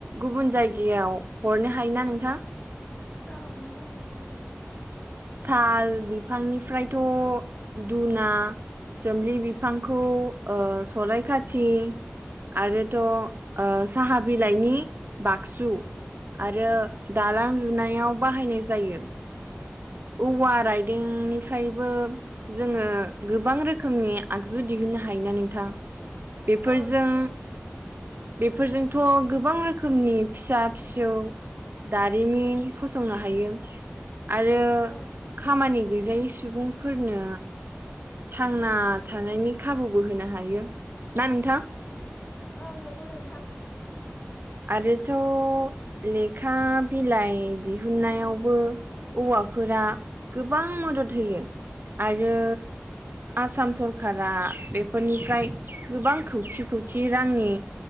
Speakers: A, on the right (about 60°); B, on the left (about 30°).
A: गुबुन जायगायाव हरनो हायोना नोंथां
B: औ नंगौ नोंथां
A: साल बिफांनिफ्रायथ' दुना। जोमलि बिफांखौ ओ सलाय खाथि आरोथ'। ओ साहा बिलाइनि बाक्सु आरो दालां लुनायाव। बाहायनाय जायो। औवा राइदिंनिफ्रायबो। जोङो गोबां रोखोमनि आगजु दिहुननो हायोना नोंथां? बेफोरजों
B: औ नंगौ नोंथां।
A: बेफोरजोंथ' गोबां रोखोमनि फिसा फिसौ। दारिमिन फसंनो हायो आरो
B: औ नंगौ
A: खामानि गैजायै सु सुबुंफोरनो थांना थानायनि खाबुबो होनो हायो ना नोंथां?
B: औ नंगौ नोंथां।
A: आरोथ' लेखा बिलाइ दिहुननायाव औवाफोरा गोबां मदद होयो आरो। आसाम सरकारा बेफोरनिफ्राय गोबां खौथि खौथ थि रांनि